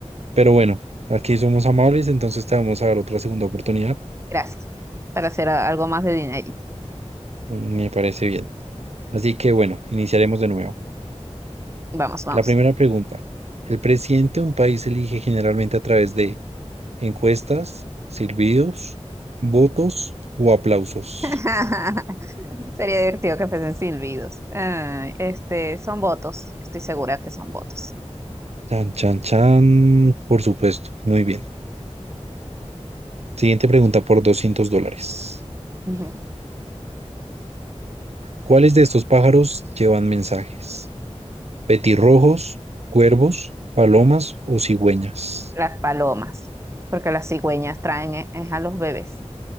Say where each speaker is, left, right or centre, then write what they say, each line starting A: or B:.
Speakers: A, on the right; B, on the right.
A: Pero bueno, aquí somos amables, entonces te vamos a dar otra segunda oportunidad.
B: Gracias. Para hacer a- algo más de dinerito.
A: Me parece bien. Así que bueno, iniciaremos de nuevo.
B: Vamos, vamos.
A: La primera pregunta. El presidente de un país se elige generalmente a través de Encuestas, silbidos, votos o aplausos.
B: <laughs> Sería divertido que fuesen silbidos. Ay, este, son votos. Estoy segura que son votos.
A: Chan, chan, chan. Por supuesto. Muy bien. Siguiente pregunta por 200 dólares.
B: Ujú.
A: ¿Cuáles de estos pájaros llevan mensajes? ¿Petirrojos, cuervos, palomas o cigüeñas?
B: Las palomas. Porque las cigüeñas traen eh, es a los bebés.